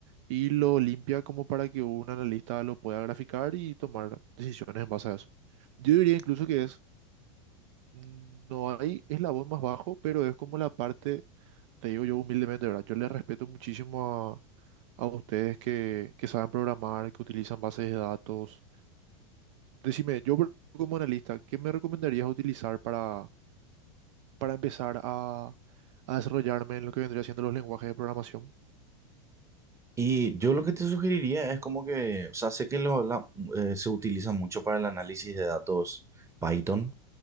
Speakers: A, on the right; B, on the right.
A: y lo limpia como para que un analista lo pueda graficar y tomar decisiones en base a eso. Yo diría incluso que es, no hay eslabón más bajo, pero es como la parte, te digo yo humildemente, ¿verdad? Yo le respeto muchísimo a, a ustedes que, que saben programar, que utilizan bases de datos. Decime, yo por- como analista, ¿qué me recomendarías utilizar para, para empezar a, a desarrollarme en lo que vendría siendo los lenguajes de programación?
B: Y yo lo que te sugeriría es como que, o sea, sé que lo, la- eh, se utiliza mucho para el análisis de datos Python,